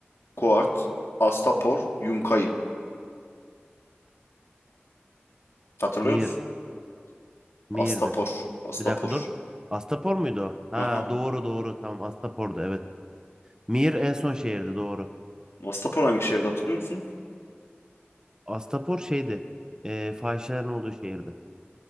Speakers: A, on the left; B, on the right.
A: Kuart, Astapor, Yunkai. Hatırlıyor
B: Mir,
A: musun?
B: Mir'di.
A: Astapor. Astapor.
B: Bir dakika dur. Astapor muydu o? Ha
A: Aha.
B: doğru doğru. Tamam Astapor'du evet. Mir en son şehirdi doğru.
A: Astapor hangi şehirde hatırlıyor musun?
B: Astapor şeydi. E, fahişelerin olduğu şehirdi.